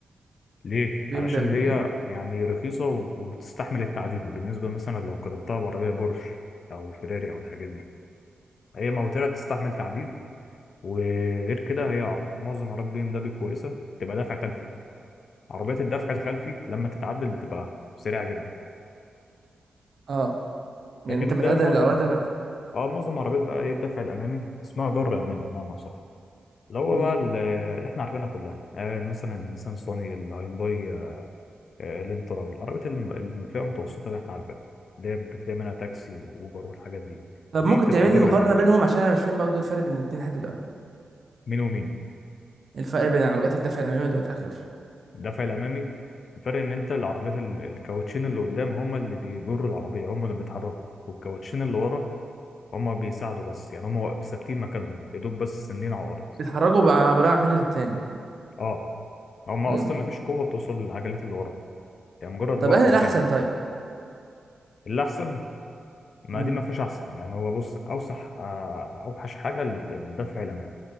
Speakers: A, on the left (about 65°); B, on the right (about 55°).
A: ليه
B: بي
A: علشان
B: ام دبليو
A: هي يعني رخيصه و- وبتستحمل التعديل بالنسبه مثلا لو قارنتها بعربيه بورش او فيراري او الحاجات دي هي موتورها تستحمل تعديل وغير كده هي معظم عربيات بي ام دبليو كويسه تبقى دافع خلفي عربيات الدفع الخلفي لما تتعدل بتبقى سريعه جدا
B: اه يعني
A: لكن
B: انت متعدل
A: تلاقي معظم
B: العربيه ده
A: اه معظم عربيات بقى ايه الدفع الامامي اسمها جر امامي بمعنى صح اللي هو
B: مم.
A: بقى ال- اللي احنا عارفينها كلها آه مثلا النيسان صاني الهيونداي آه، الانترا والعربيات الم- الفئة المتوسطة اللي احنا عارفينها اللي هي بتلاقي منها تاكسي وأوبر والحاجات دي
B: طب
A: دي
B: ممكن
A: بتبقى
B: تعمل
A: جر
B: لي مقارنة
A: أمامي
B: بينهم عشان انا مش فاهم برضه إيه الفرق بين الاتنين لحد دلوقتي
A: مين ومين
B: إيه الفرق بين العربيات الدفع الامامي والدفع الخلفي
A: الدفع الأمامي الفرق إن أنت العربيات ال- الكاوتشين اللي قدام هما اللي بيجروا العربية هما اللي بيتحركوا والكاوتشين اللي ورا هما بيساعدوا بس يعني هما واقف- ثابتين مكانهم يا دوب بس سندين على الأرض
B: بيتحركوا بقى بناء على حركة التاني
A: اه هما
B: امم
A: أصلا مفيش قوة بتوصل للعجلات اللي ورا يعني مجرد
B: طب
A: واقفة
B: اهنا الاحسن
A: مكانها
B: طيب
A: اللي أحسن ما
B: امم
A: دي ما فيهاش أحسن يعني هو بص أوسح آه، أوحش حاجة الدفع الأمامي